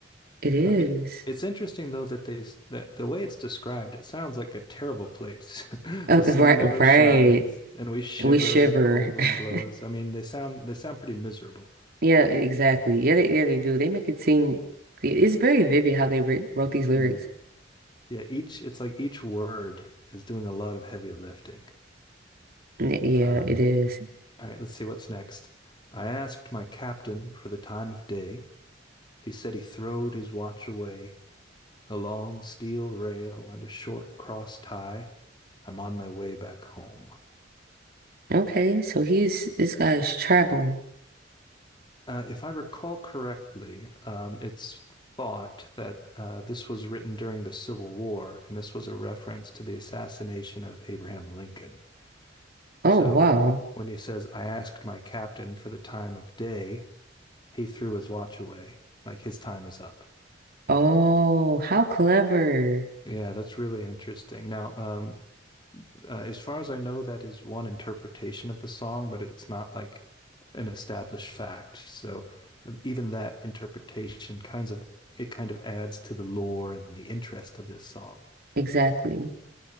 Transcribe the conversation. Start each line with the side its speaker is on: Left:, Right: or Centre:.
Right: It is.
Left: Uh, it it's interesting though that they s- that the way it's described, it sounds like a terrible place. <laughs>
Right: Uh,
Left: The sun
Right: right,
Left: never
Right: right.
Left: shines, and we shiver
Right: We shiver.
Left: when the cold wind
Right: <laughs>
Left: blows. I mean, they sound they sound pretty miserable.
Right: Yeah, exactly. Yeah, they, yeah, they do. They make it seem yeah, it's very vivid how they writ wrote these lyrics.
Left: Mm. Yeah, each it's like each word is doing a lot of heavy lifting.
Right: N- Yeah,
Left: Uh,
Right: it is.
Left: all right, let's see what's next. I asked my captain for the time of day. He said he throwed his watch away, a long steel rail and a short cross tie. I'm on my way back home.
Right: Okay, so he's this guy's traveling.
Left: Uh, if I recall correctly, um, it's thought that uh, this was written during the Civil War, and this was a reference to the assassination of Abraham Lincoln.
Right: Oh,
Left: So
Right: wow.
Left: when he says, I asked my captain for the time of day, he threw his watch away, like his time is up.
Right: Oh, how clever.
Left: Yeah, that's really interesting. Now, um, Uh, as far as I know, that is one interpretation of the song, but it's not like an established fact. So uh, even that interpretation kinds of it kind of adds to the lore and the interest of this song.
Right: Exactly.